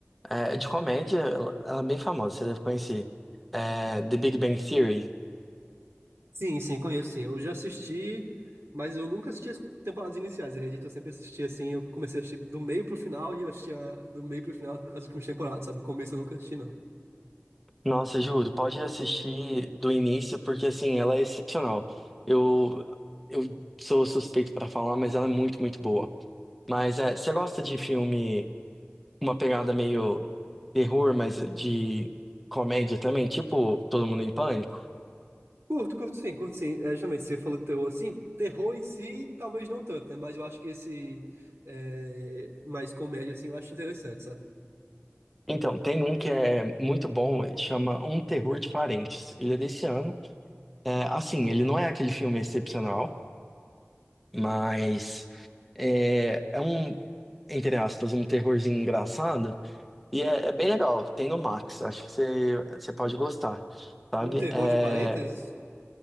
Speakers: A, in the centre; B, on the right (about 85°).
A: É, é de comédia, ela, ela é bem famosa, você deve conhecer. É, The Big Bang Theory.
B: Sim, sim, conheço, sim. Eu já assisti, mas eu nunca assisti as temporadas iniciais, acredito. Eu sempre assisti assim, eu comecei a assistir do meio pro final e eu assistia do meio pro final as últimas temporadas, sabe? O começo eu nunca assisti, não.
A: Nossa, juro, pode assistir do início, porque assim, ela é excepcional. Eu, eu sou suspeito pra falar, mas ela é muito, muito boa. Mas é, você gosta de filme com uma pegada meio terror, mas de comédia também, tipo Todo Mundo em Pânico?
B: Curto, curto sim, curto sim. É, justamente, você falou de terror, assim, terror em si, talvez não tanto, né? Mas eu acho que esse é, mais comédia, assim, eu acho interessante, sabe?
A: Então, tem um que é muito bom, chama Um Terror de Parentes. Ele é desse ano. É, assim, ele não é aquele filme excepcional, mas é, é um, entre aspas, um terrorzinho engraçado. E é, é bem legal. Tem no Max, acho que você, você pode gostar, sabe?
B: Um terror
A: É,
B: de parênteses,